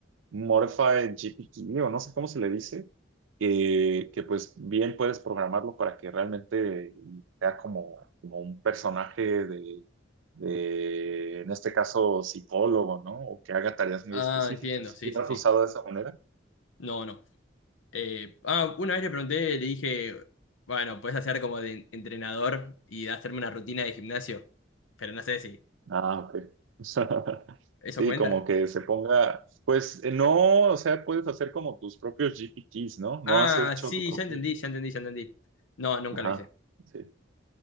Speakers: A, on the right; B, on the left.
A: Modified GPT, o no sé cómo se le dice, que, que pues bien puedes programarlo para que realmente sea como, como un personaje de, de, en este caso, psicólogo, ¿no? O que haga tareas muy
B: Ah,
A: específicas.
B: entiendo, sí,
A: ¿Sí lo
B: sí, sí.
A: has usado de esa manera?
B: No, no. Eh, ah, una vez le pregunté, le dije, bueno, puedes hacer como de entrenador y hacerme una rutina de gimnasio, pero no sé si
A: Ah, ok. <laughs>
B: eso
A: Sí,
B: cuenta.
A: como que se ponga, pues eh, no, o sea, puedes hacer como tus propios GPTs, ¿no? No
B: Ah,
A: has hecho
B: sí,
A: tu propio
B: ya entendí,
A: GPT.
B: ya entendí, ya entendí. No, nunca
A: Ajá,
B: lo hice.
A: sí.